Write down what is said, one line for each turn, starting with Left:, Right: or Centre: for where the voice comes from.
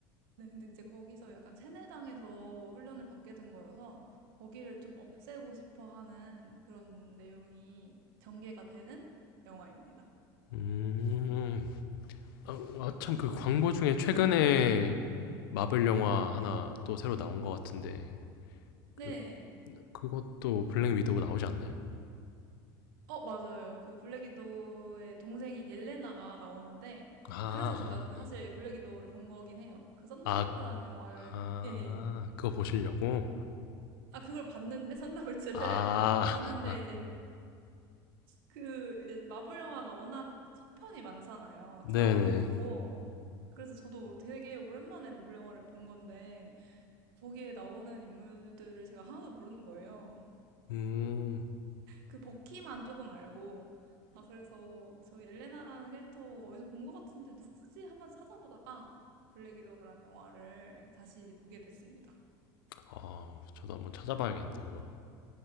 Right: 네, 근데 이제 거기서 약간 세뇌당해서 훈련을 받게 된 거여서 거기를 좀 없애고 싶어 하는 그런 내용이 전개가 되는 영화입니다.
Left: 음, 아 참 그 광고 중에 최근에 마블 영화 하나 또 새로 나온 것 같은데 그
Right: 네.
Left: 그것도 블랙 위도우 나오지 않나요?
Right: 어, 맞아요. 그 블랙 위도우의 동생인 옐레나가 나오는데
Left: 아, 아,
Right: 그래서 제가 그
Left: 네.
Right: 사실 블랙 위도우를 본 거긴 해요. 그 썬더볼트라는
Left: 아,
Right: 영화를
Left: 아,
Right: 예, 예.
Left: 그거 보시려고?
Right: 아, 그걸 봤는데 <laughs> 썬더볼트를
Left: 아,
Right: <laughs> 봤는데
Left: <laughs>
Right: 이제 그 마블 영화가 워낙 속편이 많잖아요.
Left: 네네.
Right: 드라마도 많고. 그래서 저도 되게 오랜만에 마블 영화를 본 건데 거기에 나오는 인물들을 제가 하나도 모르는 거예요.
Left: 음,
Right: 그 버키만 조금 알고 아 그래서 저 옐레나라는 캐릭터 어디서 본 것 같은데 누구지? 한번 찾아보다가 블랙 위도우라는 영화를 다시 보게 됐습니다.
Left: 아, 저도 한번 찾아봐야겠는데요. 그거.